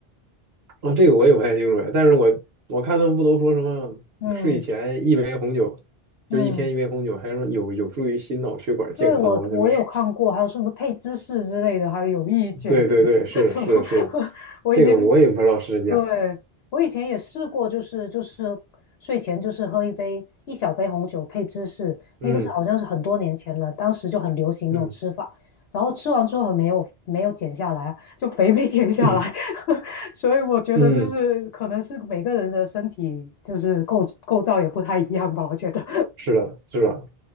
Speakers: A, on the right (about 75°); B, on the left (about 75°).
A: 啊，这个我也不太清楚哎，但是我我看他们不都说什么睡前一杯红酒，
B: 嗯嗯，
A: 就是一天一杯红酒，还说有有助于心脑血管健康啊，
B: 对，我我有看过，
A: 什么是
B: 还有什么配芝士之类的，还有有益减肥
A: 对对对，
B: <laughs>
A: 是是的是的，
B: 什么，<laughs> 我以前
A: 这个我也不知道是真假，
B: 对，我以前也试过，就是就是睡前就是喝一杯一小杯红酒配芝士，那个是好像是很多年前了，
A: 嗯
B: 当时就很流行这种吃法，
A: 嗯
B: 然后吃完之后很没有没有减下来啊，就肥没减下来，
A: 嗯
B: <laughs> 所以我觉得就是可能是每个人的身体就是构构造也不太一样吧，
A: 嗯，
B: 我觉得，
A: 是的是的，